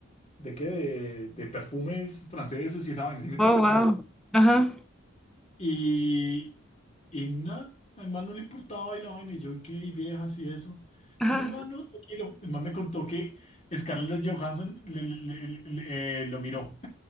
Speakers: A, on the left; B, in the centre.
A: ¿De qué? De, de perfumes franceses y esa vaina, ¿sí me entiendes?
B: Oh, wow.
A: O sea,
B: Ajá,
A: y, y nada, al man no le importaba y la vaina, y yo, ¿y qué? ¿Y viejas y eso?
B: ajá.
A: No, el man, no, tranquilo. El man me contó que Scarlett Johansson le- le- le- le- eh, lo miró,